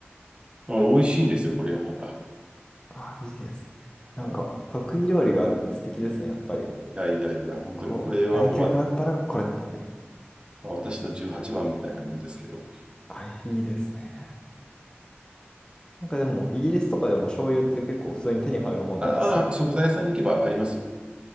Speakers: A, on the right; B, on the left.
A: う。あの、美味しいんですよ、これがまた。
B: あ、いいですね。なんか、
A: うん、い
B: 得意料理があるって素敵ですね、やっぱり。
A: やいやいや、本当にこれはもうわ、
B: こう、来客があったらこれってね。
A: まあ私の18番みたいなもんですけど。
B: あ、いいですね。なんかでも、イギリスとかでも醤油って結構普通に手に入るもんなんですね。
A: ああ、食材屋さんに行けばありますよ。